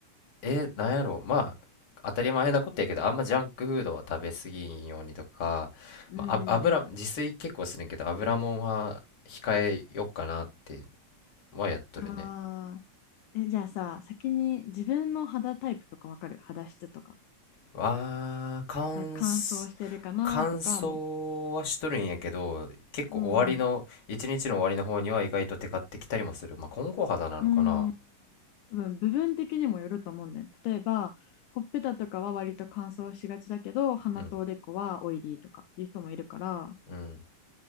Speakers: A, on the left (about 45°); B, on the left (about 75°).
A: え、なんやろう、まあ、当たり前なことやけど、あんまジャンクフードは食べ過ぎんようにとか、
B: うんう
A: まあ、あ油、
B: ん
A: 自炊結構するんけど、油もんは控えよっかなってはやっとるね。
B: うん。あー、え、じゃあさ、先に自分の肌タイプとかわかる肌質とか。
A: わー、乾す、
B: なんか乾燥してるかなとかもう、
A: 乾燥はしとるんやけど、結構終わりの、
B: うん
A: 一日の終わりの方には意外とテカってきたりもする。まあ、混合肌なのかな
B: うん、うーん多分部分的にもよると思うんだよね。例えばほっぺたとかは割と乾燥しがちだけど鼻とおでこはオイリーとかいう人もいるから
A: うん、うん。